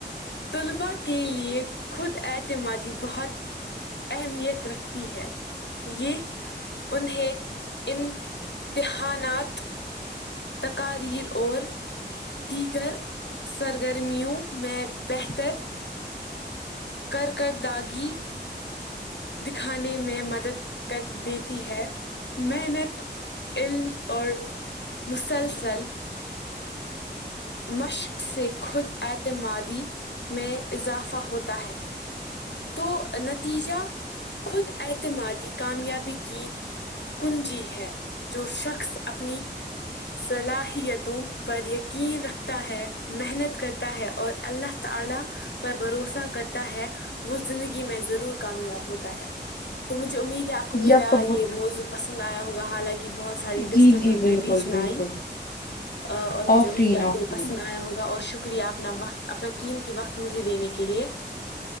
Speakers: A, on the left (about 75°); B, on the left (about 55°).
A: طلباء کے لیے خود اعتمادی بہت اہمیت رکھتی ہے یہ انہیں امتحانات تقاریر اور دیگر سرگرمیوں میں بہتر کر کرداگی دکھانے میں مدد کر دیتی ہے محنت علم اور مسلسل مشق سے خود اعتمادی میں اضافہ ہوتا ہے تو نتیجہ خود اعتمادی کامیابی کی کنجی ہے جو شخص اپنی صلاحیتوں پر یقین رکھتا ہے محنت کرتا ہے اور اللہ تعالی پر بھروسہ کرتا ہے وہ زندگی میں ضرور کامیاب ہوتا ہے تو مجھے امید ہے آپ کو میرا
B: جی کا
A: یہ موضوع پسند آیا ہوگا حالانکہ بہت ساری ڈسٹربنس
B: جی جی بالکل
A: بھی بیچ میں
B: بالکل
A: آئی اور مجھے
B: آفرین
A: امید آپ
B: آفرین
A: کو یہ پسند آیا ہوگا اور شکریہ آپ نا وقت اپنا قیمتی وقت مجھے دینے کے لیے